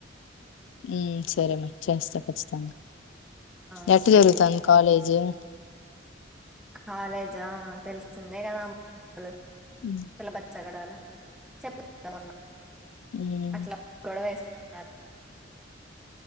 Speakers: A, on the left; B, in the centre.
A: ఉమ్ సరే మరి చేస్తా కచ్చితంగా
B: ఆ
A: ఎట్
B: చెయ్యి
A: జరుగుతాంది కాలేజ్ జ
B: కాలేజా తెల్సిందే కద హలో
A: ఉమ్
B: హలో బచ్ తగడాల చెపుదమన్నా
A: ఉమ్
B: అట్లా గొడవేసుకున్నారు